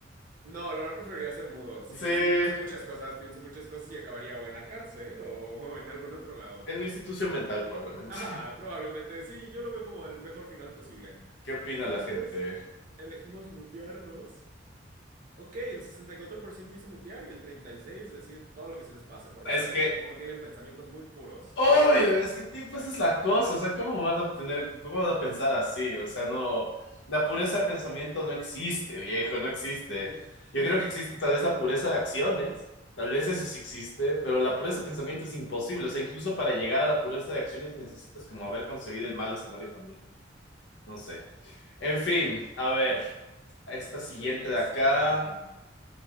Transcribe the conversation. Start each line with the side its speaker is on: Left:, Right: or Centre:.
Right: No, la verdad preferiría ser mudo. Sí,
Left: Sí, en
Right: sí pienso muchas cosas, pienso muchas cosas y acabaría o en la cárcel o <laughs> en algún otro lado.
Left: una institución mental probablemente.
Right: Ajá,
Left: <laughs>
Right: probablemente sí, yo lo veo como el mejor final posible.
Left: ¿Qué opina
Right: Entonces,
Left: la gente?
Right: elegimos mutearnos. Ok, el 64% dice mutear y el 36% decir todo lo que se les pase por la
Left: Es
Right: cabeza.
Left: que
Right: Supongo tienen pensamientos muy puros.
Left: Obvio, es que tipo, esa es la cosa, o sea, ¿cómo vas a tener, cómo vas a pensar así? O sea, no, la pureza de pensamiento no existe, viejo, no existe.
Right: <laughs>
Left: Yo creo que existe tal vez la pureza de acciones, tal vez eso sí existe, pero la pureza de pensamiento es imposible, o sea, incluso para llegar a la pureza de acciones necesitas como haber concebido el mal escenario también, no sé. En fin, a ver, a esta siguiente
Right: The next
Left: de acá,
Right: one.